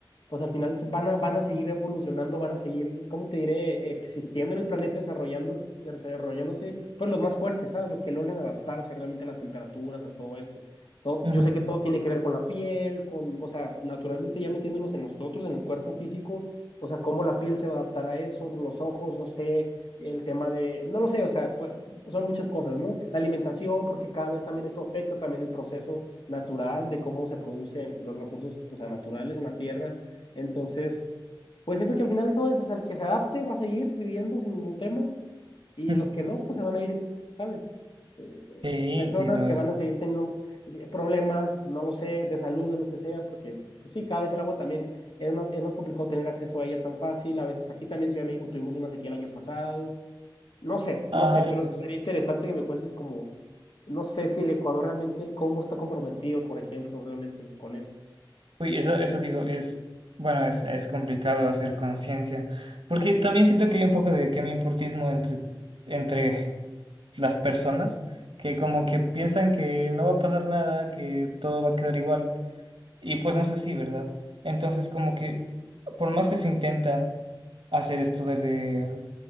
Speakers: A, on the left (about 75°); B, on the right (about 80°).
A: pues al final se- van a, van a seguir evolucionando, van a seguir, ¿cómo te diré?, existiendo en el planeta, desarrollando, desarrollándose, pues los más fuertes, ¿sabes? Los que logren adaptarse realmente a las temperaturas, a todo esto. Todo-
B: ujú.
A: yo sé que todo tiene que ver con la piel, con, o sea, naturalmente ya metiéndonos en nosotros, en el cuerpo físico, o sea, cómo la piel se va a adaptar a eso, los ojos, no sé, el tema de, no lo sé, o sea, pu- son muchas cosas, ¿no? La alimentación, porque cada vez también esto afecta también el proceso natural de cómo se producen los recursos, o sea, naturales en la tierra. Entonces, pues siento que al final eso es, o sea, el que se adapte va a seguir viviendo sin ningún tema. Y
B: <laughs>
A: los que no, pues se van a ir, ¿sabes? Este, eh,
B: Sí,
A: personas
B: sí, no
A: que
B: es.
A: van a seguir teniendo eh, problemas, no lo sé, de salud, de lo que sea, porque, pues sí, cada vez el agua también es más, es más complicado tener acceso a ella tan fácil. A veces aquí también en Ciudad de México tuvimos una sequía el año pasado. No sé,
B: Ay,
A: no sé, pero
B: Dios.
A: sería interesante que me cuentes como, no sé si el Ecuador realmente, cómo está comprometido, por ejemplo, realmente con esto.
B: Uy, eso, eso digo, es, bueno, es, es complicado hacer conciencia, porque también siento que hay un poco de que me importismo entre, entre las personas, que como que piensan que no va a pasar nada, que todo va a quedar igual. Y pues no es así, ¿verdad? Entonces, como que por más que se intenta hacer esto de, de,